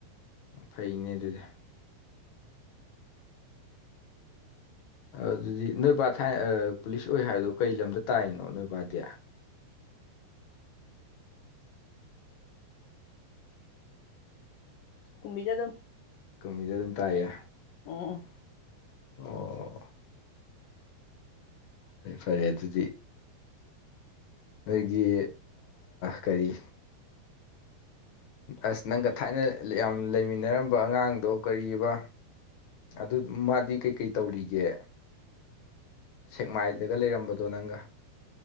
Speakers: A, on the left; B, on the left.
A: ꯐꯩꯅꯦ ꯑꯗꯨꯗꯤ ꯑꯗꯨꯗꯤ ꯅꯣꯏꯕꯥꯠ ꯊꯥꯏ ꯄꯨꯂꯤꯁ ꯑꯣꯏ ꯍꯥꯏꯗꯣ ꯀꯩ ꯂꯝꯗ ꯇꯥꯏꯔꯤꯅꯣ ꯅꯣꯏꯕꯥꯗꯤ
B: ꯀꯨꯝꯕꯤꯗ ꯑꯗꯨꯝ
A: ꯀꯃꯤꯗ ꯑꯗꯨꯝ ꯇꯥꯏꯑꯌꯦ
B: ꯎꯝ
A: ꯑꯣ ꯑꯩ ꯐꯔꯦ ꯑꯗꯨꯗꯤ ꯅꯣꯏꯒꯤ ꯀꯔꯤ ꯑꯁ ꯅꯪꯒ ꯊꯥꯏꯅ ꯌꯥꯝ ꯂꯩꯃꯤꯟꯅꯔꯝꯕ ꯑꯉꯥꯡꯗꯣ ꯀꯔꯤꯕ ꯑꯗꯨ ꯃꯥꯗꯤ ꯀꯩꯀꯩ ꯇꯧꯔꯤꯒꯦ ꯁꯦꯛꯃꯥꯏꯗꯒ ꯂꯩꯔꯝꯕꯗꯣ ꯅꯪꯒ